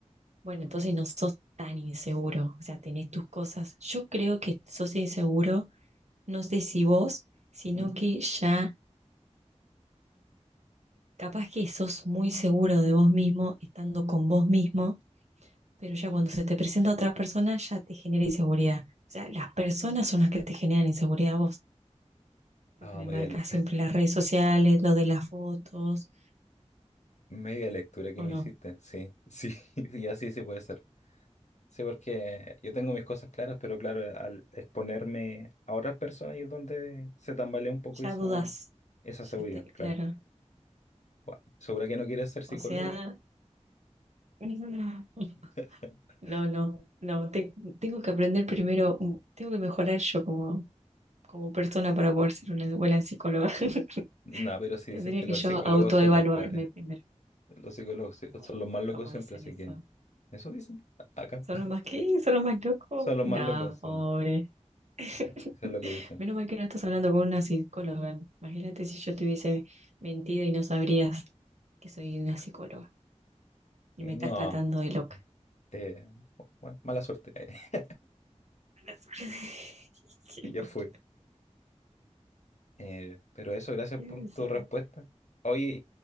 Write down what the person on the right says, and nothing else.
bueno, entonces no sos tan inseguro, o sea, tenés tus cosas. Yo creo que sos inseguro, no sé si vos, sino
que ya... Capaz que sos muy seguro de vos mismo estando con vos mismo, pero ya cuando se te presenta otra persona ya te genera inseguridad. O sea, las personas son las que te generan inseguridad a vos, porque
me
marcas
siempre las redes sociales, lo de las fotos,
o
no.
Ya
dudas.
Ya te-
claro.
O sea, <laughs>
no, no, no. te- tengo que aprender primero, tengo que mejorar yo como, como persona para poder ser una buena psicóloga. <laughs>
Tendría
que
yo
autoevaluarme
primero.
No,
¿cómo
dicen
eso?
Son
los más que, son los más locos.
No,
pobre. <laughs>
Menos mal que no estás hablando con una psicóloga. Imagínate si yo te hubiese mentido y no sabrías que soy una psicóloga y
me estás tratando de loca.
Mala suerte. <laughs> Qué
mal.
Qué
necesidad.